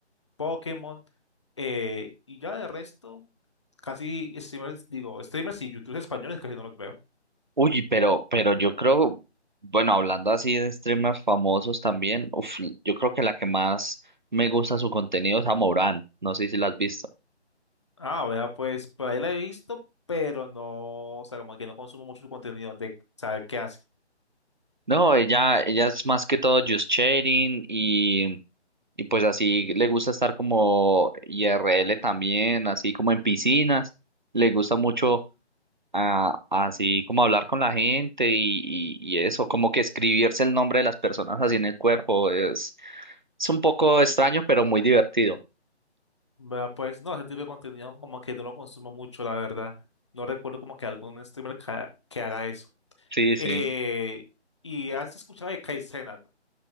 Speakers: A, on the left (about 25°); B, on the right (about 45°).
A: Pokémon. eh, y ya de resto, casi streamers, digo, streamers y youtubers españoles casi no los veo.
B: Uy, pero, pero yo creo, bueno, hablando así de streamers famosos también, uf, yo creo que la que más me gusta su contenido es a no sé si la has visto.
A: Ah, vea, pues por ahí la he visto, pero no, o sea, como que no consumo mucho su contenido de saber qué hace.
B: No, ella, ella es más que todo just chatting y, y pues así le gusta estar como IRL también, así como en piscinas, le gusta mucho a- así como hablar con la gente y, y- y eso, como que escribirse el nombre de las personas así en el cuerpo es, es un poco extraño, pero muy divertido.
A: Vea, pues no, ese tipo de contenido como que no lo consumo mucho, la verdad. No recuerdo como que algún streamer que, ha- que haga eso.
B: Sí,
A: Eh,
B: sí.
A: y has escuchado de Kai Cenat.